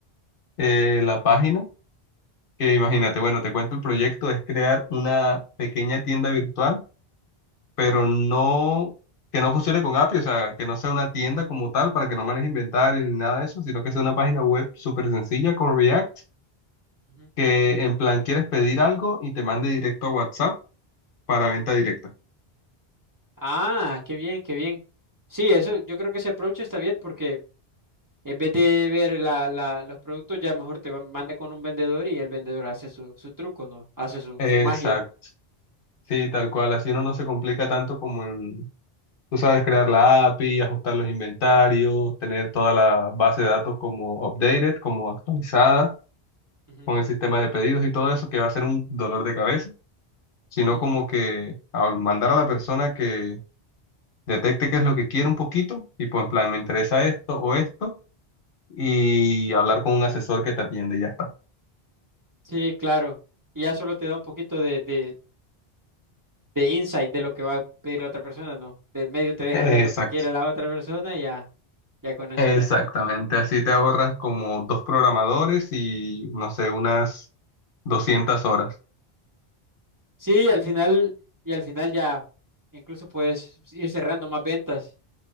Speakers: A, on the left (about 60°); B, on the right (about 25°).
A: eh, la página. Que
B: Ujú,
A: imagínate, bueno, te cuento el proyecto, es crear una pequeña tienda virtual pero no, que no funcione con API, o sea, que no sea una tienda como tal para que no maneje inventario ni nada de eso, sino que sea una página web súper sencilla con React,
B: ujú.
A: que en plan quieres pedir algo y te mande directo a WhatsApp para venta directa.
B: Ah, qué bien, qué bien. Sí, eso, yo creo que ese approach está bien porque en vez de ver la, la, los productos, ya mejor te va- manda con un vendedor y el vendedor hace su, su truco, ¿no? Hace su,
A: Exacto,
B: su magia.
A: sí, tal cual, así uno no se complica tanto como en, tú sabes, crear la API, ajustar los inventarios, tener toda la base de datos como updated, como actualizada,
B: Ujú,
A: con el sistema de pedidos y todo eso, que va a ser un dolor de cabeza. sino
B: ujú.
A: como que al mandar a la persona que detecte qué es lo que quiere un poquito, y pues en plan, me interesa esto o esto, y hablar con un asesor que te atiende y ya está.
B: Sí, claro. Y ya solo te da un poquito de, de, de insight de lo que va a pedir la otra persona, ¿no? De medio te deja
A: Exacto.
B: ver lo que quiere la otra persona y ya, ya con eso
A: Exactamente,
B: ya.
A: así te ahorras como dos programadores y no sé, unas 200 horas.
B: Sí, al final, y al final ya incluso puedes ir cerrando más ventas